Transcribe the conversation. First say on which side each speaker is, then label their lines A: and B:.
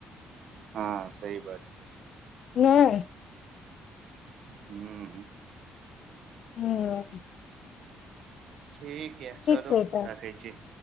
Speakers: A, on the right; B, on the left.
A: हँ सही बात छै
B: नहि
A: हूं
B: हूं
A: ठीक य चलू
B: छै तऽ
A: राखै छी